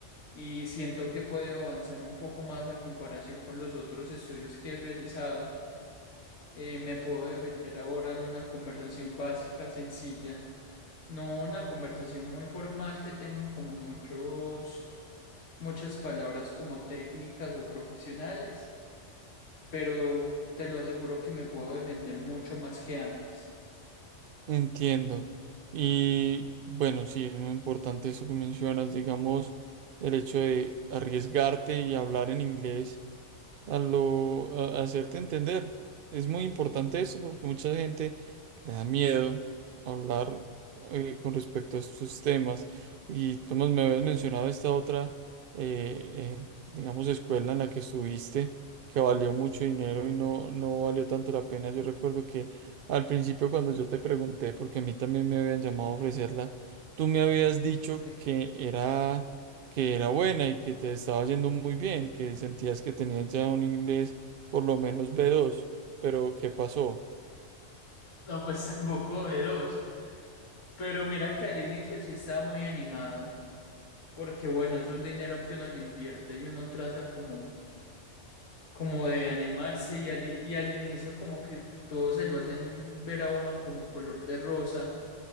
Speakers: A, on the left (about 75°); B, on the right (about 60°).
A: y siento que he podido avanzar un poco más a comparación con los otros estudios que he realizado. Eh, me puedo defender ahora en una conversación básica, sencilla, no una conversación muy formal que tenga como muchos, muchas palabras como técnicas o profesionales pero te lo aseguro que me puedo defender mucho más que antes.
B: Entiendo. Y bueno, sí, es muy importante eso que mencionas, digamos, el hecho de arriesgarte y hablar en inglés a lo a- a hacerte entender. Es muy importante eso porque mucha gente le da miedo hablar eh, con respecto a estos temas. Y Tomás, me habías mencionado esta otra, eh, eh, digamos, escuela en la que estuviste, que valió mucho dinero y no, no valió tanto la pena. Yo recuerdo que al principio cuando yo te pregunté, porque a mí también me habían llamado a ofrecerla, tú me habías
A: <laughs>
B: dicho
A: Sí.
B: que era que era buena y que te estaba yendo muy bien, que sentías que tenías ya un inglés por lo menos B2, pero ¿qué pasó?
A: No, pues <laughs> tampoco de dos. Pero mira que al inicio sí estaba muy animado, porque bueno, es un dinero que uno le invierte y uno trata como, como de animarse y al, i- y al inicio como que todos se lo hacen ver a uno como color de rosa